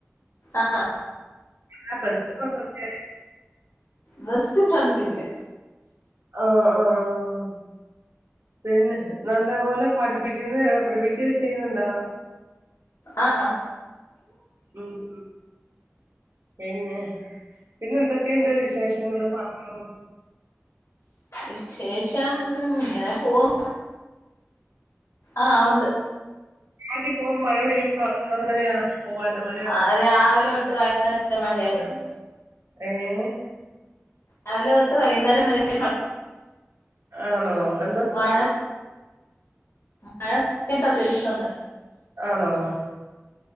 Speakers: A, on the left; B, on the right.
A: ആഹ്
B: ആഹ് ബെസ്റ്റ് ഫ്രണ്ട് ഒക്കെ
A: ബെസ്റ്റ് ഫ്രണ്ട് ഇല്ല.
B: ആഹ് ആഹ് പിന്നെ നല്ലപോലെ പഠിപ്പിക്കുന്ന പഠിപ്പിക്കുക ചെയ്യുന്നുണ്ടോ
A: ആഹ്
B: ഉം ഉം പിന്നെ പിന്നെ എന്തൊക്കെയുണ്ട് വിശേഷങ്ങള് പറഞ്ഞോ
A: വിശേഷം ഇങ്ങനെ പോന്നു ആഹ് ഉണ്ട്
B: ആദ്യ പോകും മഴ പെയ്യുമ്പോ അങ്ങനെയാ പോകാലോ മഴയ
A: ആഹ് രാവിലെ തൊട്ട് വൈകുന്നേരം വരെ മഴയായിരുന്നു.
B: ഏഹ്
A: രാവിലെ തൊട്ട് വൈകുന്നേരം വരെയും മഴ
B: ആണോ എ
A: മഴ മഴ നിട്ടാ തിരിച്ചൊന്ന്
B: ആണോ ആഹ്